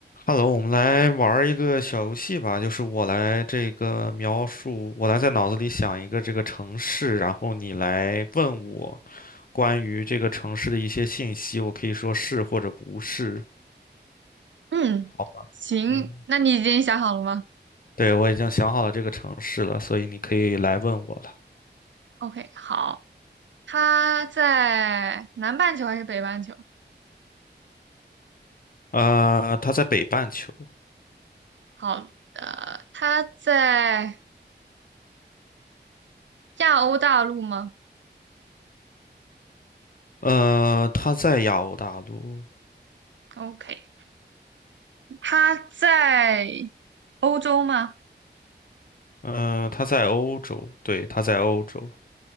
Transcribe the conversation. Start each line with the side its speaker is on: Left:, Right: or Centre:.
Left: Hello，我们来玩儿一个小游戏吧，就是我来这个描述，我来在脑子里想一个这个城市，然后你来问我关于这个城市的一些信息，我可以说是或者不是。
Right: 嗯，
Left: 好吧，
Right: 行，
Left: 嗯，
Right: 那你已经想好了吗
Left: 对，我已经想好了这个城市了，所以你可以来问我了。
Right: ？OK，好，他在南半球还是北半球？
Left: 呃，它在北半球，
Right: 好，的，他在亚欧大陆吗
Left: 呃，它在亚欧大陆，
Right: ？OK，他在欧洲吗？
Left: 呃，它在欧洲，对，它在欧洲。